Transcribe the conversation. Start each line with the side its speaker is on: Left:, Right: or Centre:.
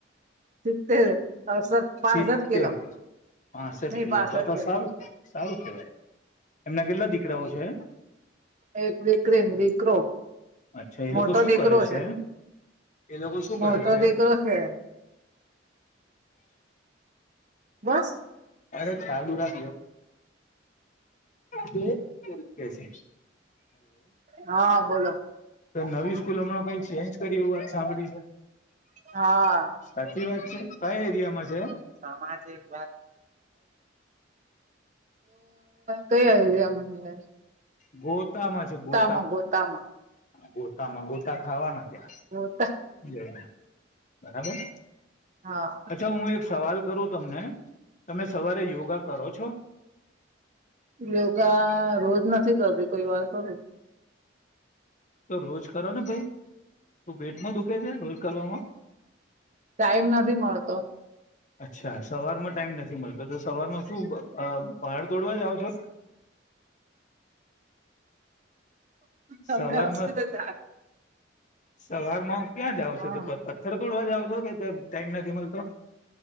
Right: સિત્તેર અડસઠ પાસઠ
Left: શીતેર
Right: કિલો
Left: પાસઠ
Right: નહી
Left: કિલો
Right: પાસઠ
Left: તો તો
Right: કિલો
Left: સારું સારું કહેવાય એમના કેટલા દીકરાઓ છે?
Right: એક દીકરીન દીકરો.
Left: અચ્છા એ
Right: મોટો
Left: લોકો શું
Right: દીકરો
Left: કરે છે? એ લોકો શું
Right: મોટો
Left: કરે છે?
Right: દીકરો છે બસ.
Left: અરે ચાલુ રા <inaudible>
Right: હા બોલો.
Left: તો નવી સ્કૂલમાં કઈ ચેન્જ કર્યું એવુ વાત સાંભળી છે.
Right: હા
Left: સાચી વાત છે કયા એરિયામાં છે?
Right: સામાજિક એ કયા એરિયા માં છે.
Left: ગોતામાં છે ગો
Right: માં ગોતામાં
Left: ગોતામાં ગોતા ખાવાના ત્યાં,
Right: ગોતા
Left: જો બરાબર!
Right: હા
Left: અચ્છા! ઉં એક સવાલ કરું તમને? તમે સવારે યોગા કરો છો?
Right: યોગા રોજ નથી કરતી કોઈ વાર કરું.
Left: તો રોજ કરો ને ભઈ શું પેટમાં દુખે છે રોજ કરવામાં?
Right: ટાઈમ નથી મળતો.
Left: અચ્છા! સવારમાં ટાઈમ નથી મળતો તો સવારમાં શું અ પહાડ તોડવા જાવ છો.
Right: તમને
Left: સવારમાં
Right: હશે ને જ રાખ
Left: સવારમાં ક્યાં જાવ
Right: હા
Left: છો તો પત્થ પથ્થર તોડવા જાવ છો કે તા ટાઈમ નથી મલતો,